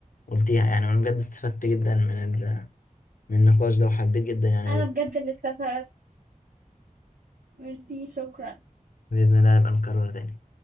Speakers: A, on the left; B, on the right.
A: قلتيها يعني وأنا بجد استفدت جدا من ال- من النقاش ده وحبيت جدا يعني
B: أنا بجد اللي استفدت ميرسي شكرا
A: بإذن الله نبقى نكرره تاني